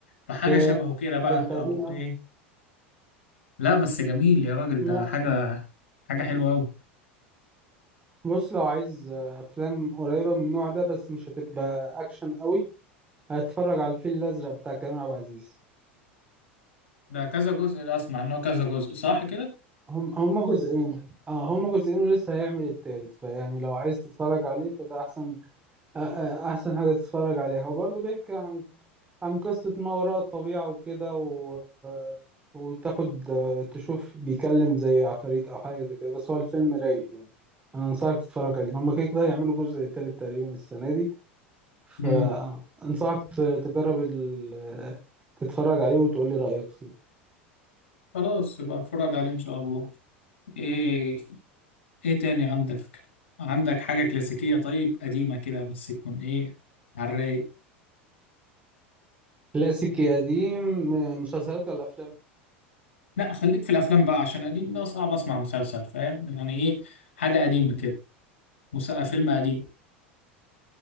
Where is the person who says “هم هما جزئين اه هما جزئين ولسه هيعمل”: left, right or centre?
Right